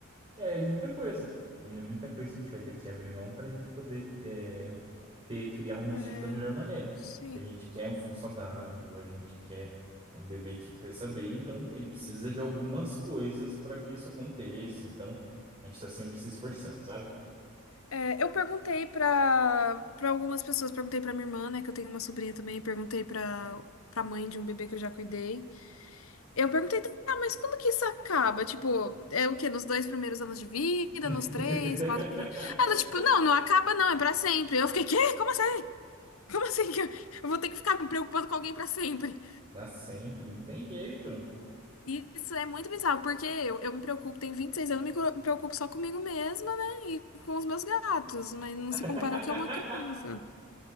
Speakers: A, on the right (about 25°); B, on the left (about 80°).
A: é, de muita coisa. Né? Muita coisa a gente vai ter que abrir mão para a gente poder é, ter, criar o nosso
B: é, é.
A: filho da melhor maneira.
B: Sim.
A: Porque a gente quer um filho saudável, a gente quer um bebê que cresça bem, então ele precisa de algumas coisas para que isso aconteça. Então, a gente está sempre se esforçando, sabe?
B: É, eu perguntei pra para algumas pessoas, perguntei pra minha irmã, né, que eu tenho uma sobrinha também, perguntei pra para mãe de um bebê que eu já cuidei. Eu perguntei, tá, mas quando que isso acaba? Tipo, é o quê? Nos dois primeiros anos de vida,
A: <laughs>
B: nos três, quatro. Ela, tipo, não, não acaba não, é pra sempre. Eu fiquei, quê? Como assim? Como assim que eu eu vou ter que ficar me preocupando com alguém pra sempre?
A: Dá sempre, não tem jeito.
B: E isso é muito bizarro, porque eu, eu me preocupo, tenho 26 anos, me cro- me preocupo só comigo mesma, né? E com os meus gatos, mas não se compara
A: <laughs>
B: ao que é uma criança.